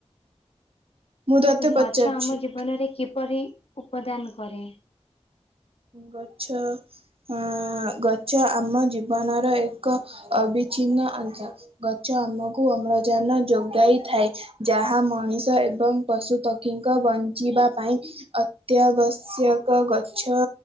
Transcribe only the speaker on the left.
ଗଛ
ଆମ ଜୀବନରେ କିପରି ଉପଦାନ କରେ?